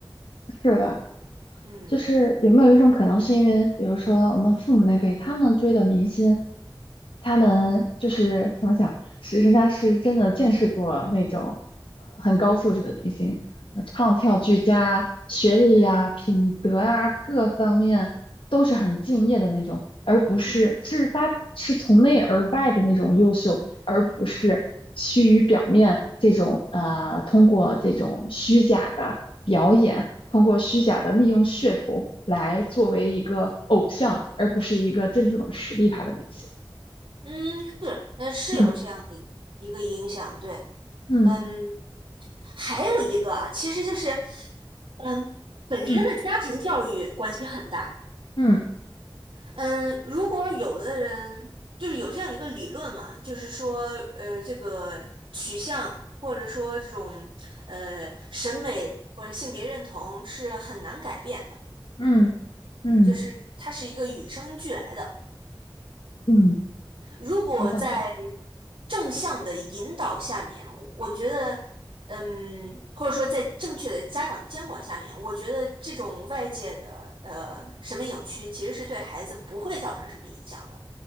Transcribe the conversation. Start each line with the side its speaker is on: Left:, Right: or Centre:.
Left: 是吧？
Right: 嗯
Left: 就是有没有一种可能，是因为比如说我们父母那辈，他们追的明星，他们就是怎么讲，是人家是真的见识过那种呃很高素质的明星，呃唱跳俱佳，学历呀、
Right: 嗯
Left: 品德呀、各方面都是很敬业的那种，而不是是发是从内而外的那种优秀，
Right: 嗯
Left: 而不是趋于表面这种呃通过这种虚假的。表演，通过虚假的利用噱头来作为一个偶像，而不是一个真正的实力派的明星。
Right: 嗯，是，呃是有这样一一个影响，
Left: 嗯
Right: 对，
Left: 嗯
Right: 嗯。还有一个啊，其实就是，嗯，本身的家庭教育关系很大。
Left: 嗯嗯
Right: 嗯，如果有的人就是有这样一个理论嘛，就是说，呃，这个取向或者说这种呃审美或者性别认同是很难改变的，
Left: 嗯嗯
Right: 就是它是一个与生俱来的。
Left: 嗯，嗯
Right: 如果在
Left: 我赞同。
Right: 正向的引导下面，我觉得，嗯，或者说在正确的家长监管下面，我觉得这种外界的呃审美扭曲其实是对孩子不会造成什么影响的。